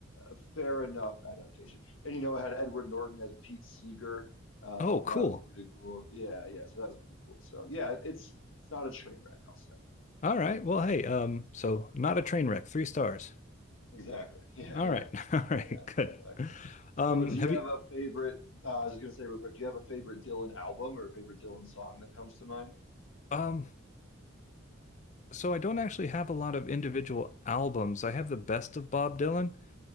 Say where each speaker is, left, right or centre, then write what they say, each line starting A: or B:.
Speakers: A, on the left; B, on the left.
A: a fair enough adaptation and you know it had Edward Norton as Pete Seeger uh,
B: Oh, cool.
A: that was pretty cool. Yeah, yeah. So that was pretty cool. So yeah, it- it's it's not a train wreck, I'll say.
B: All right. Well, hey, um, so not a train wreck, three stars.
A: Exactly. <laughs> Yeah,
B: All
A: yeah,
B: right. <laughs> All right,
A: yeah.
B: good.
A: Exactly. So
B: Um,
A: do
B: have
A: you have
B: you
A: a favorite? Uh, I was gonna say real quick. Do you have a favorite Dylan album or a favorite Dylan song that comes to mind?
B: um so I don't actually have a lot of individual albums. I have the Best of Bob Dylan,